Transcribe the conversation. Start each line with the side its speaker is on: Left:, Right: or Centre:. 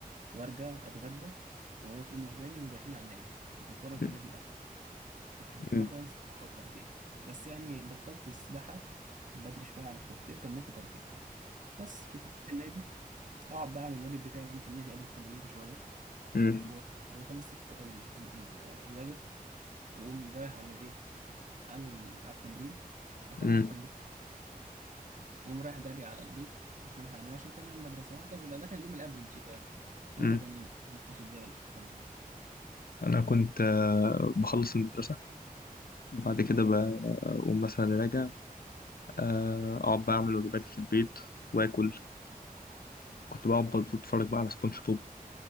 Right: وارجع اتغدى وماما تقوم واخداني ورايحين على النادي كنت بتمرن في
Left: مم.
Right: النادي الاهلي. كنت بتمرن
Left: مم.
Right: سباحة وكاراتيه بس يعني بطلت السباحة بدري شوية عن الكاراتيه وكملت كاراتيه بس كنت بروح النادي أقعد بقى أعمل الواجب بتاعي وأنا في النادي قبل التمرين بشوية
Left: مم.
Right: و- وأخلص الك- التم... ال- الواجب وأقوم رايح على الإيه على ال- على التمرين أخلص
Left: مم.
Right: التمرين وأقوم رايح جري على البيت عشان ألحق أنام عشان تاني يوم مدرسة وهكذا بقى ده كان اليوم الأفريج يعني أنت
Left: مم.
Right: كان يومك ماشي إزاي ولا كنت بتعمل إيه؟
Left: انا كنت آه، بخلص المدرسة وبعد كده بقوم مثلا راجع آه، اقعد بقى اعمل واجباتي في البيت واكل كنت بقعد بتفرج بقى على سبونج بوب